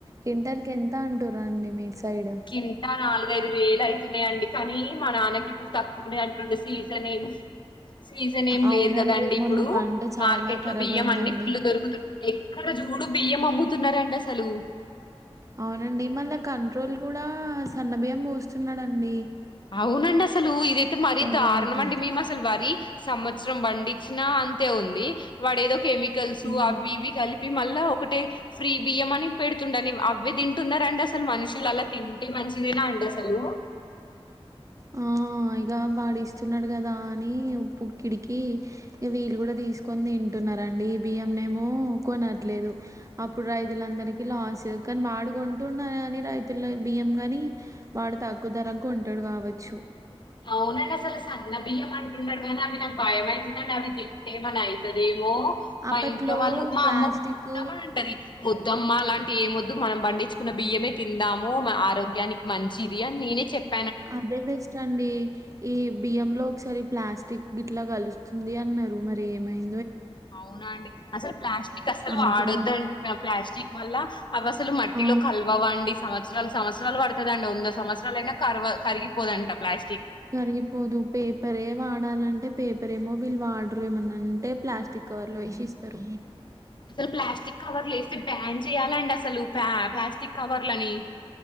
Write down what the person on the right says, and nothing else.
కింటాల్ కి ఎంత అంటురండి మీ సైడ్
అవునండి
మొన్న
పంట చాలా
ఖరాబ్
అయిందండి
అవునండి మళ్ళా కంట్రోల్ కూడా సన్న బియ్యం పోస్తున్నాడంండి
చేయట్లే
ఉమ్
ఆ ఇక వాడు ఇస్తున్నాడు కదా అని పుక్కిడికి ఇక వీలు కూడా తీసుకొని తింటున్నారండి బియ్యం ఏమో కొనట్లేదు అప్పుడు రైతులందరికీ లాస్ కానీ వాడు కొంటున్నా కాని రైతుల బియ్యం గాని వాడు తగ్గు ధర కొంటాడు కాబ వచ్చు
అప్పట్లో
ప్లాస్టిక్
అదే బెస్ట్ అండి. ఈ బియ్య లో ఒకసారి ప్లాస్టిక్ గిట్లా కలుస్తుంది అన్నారు మరి ఏమైం
అమ్ముతున్నాం
ఆ
అరిగిపోదు పేపరే వాడాలంటే పేపర్ ఏమో వీళ్ళు వాడరు, ఏమనంటే ప్లాస్టిక్ కవర్ లో వేసి ఇస్తారు.